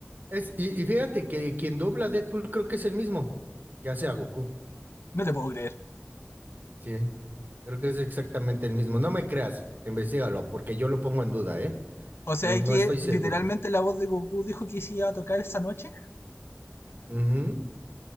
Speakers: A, on the right; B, on the left.
A: Es, y, y fíjate que quien dobla a Deadpool creo que es el mismo que hace a Goku,
B: No te puedo creer.
A: sí. Creo que es exactamente el mismo. No me creas, investigalo, porque yo lo pongo en duda, ¿eh?
B: O sea
A: No, no
B: que
A: estoy seguro.
B: literalmente la voz de Goku dijo que se iba a tocar esa noche.
A: Ujú,